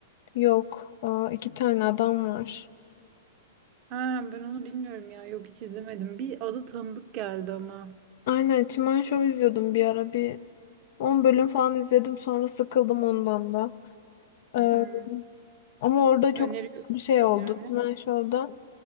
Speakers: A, on the left; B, on the right.
A: Yok. Aa, iki tane adam var.
B: Ha, ben onu bilmiyorum ya. Yok hiç izlemedim. Bir adı tanıdık geldi ama.
A: Aynen Çimen Show izliyordum bir ara. Bir 10 bölüm falan izledim sonra sıkıldım ondan da. Ee,
B: Hı.
A: ama orada çok
B: Öneriyorum
A: bir şey oldu.
B: yani.
A: Çimen Show'da